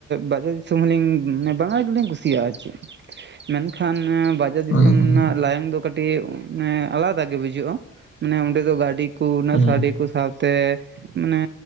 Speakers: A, on the right; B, on the left.
A: ᱵᱟᱡᱟᱨ ᱫᱤᱥᱚᱢ ᱦᱚᱸᱞᱤᱧ ᱢᱟᱱᱮ ᱵᱟᱱᱟᱨ ᱜᱮᱞᱤᱧ ᱠᱩᱥᱤᱭᱟᱜᱼᱟ ᱟᱨ ᱪᱮᱫ᱾ ᱢᱮᱱᱠᱷᱟᱱ ᱵᱟᱡᱟᱨ ᱵᱟᱡᱟᱨ ᱫᱤᱥᱚᱢ
B: ᱦᱳᱭ ᱚᱱᱟ
A: ᱨᱮᱱᱟᱜ
B: ᱦᱟᱸᱜ
A: ᱞᱟᱭᱚᱝ ᱫᱚ ᱠᱟᱹᱴᱤᱡᱟᱱ ᱢᱟᱱᱮ ᱟᱞᱟᱫᱟ ᱜᱮ ᱵᱩᱡᱷᱟᱹᱜᱼᱟ ᱢᱟᱱᱮ ᱚᱸᱰᱮ ᱫᱚ ᱜᱟᱹᱰᱤ ᱠᱩ ᱩᱱᱟᱹᱜ
B: ᱦᱩᱸ
A: ᱥᱟᱹᱰᱤ ᱠᱚ ᱥᱟᱶᱛᱮ ᱢᱟᱱᱮ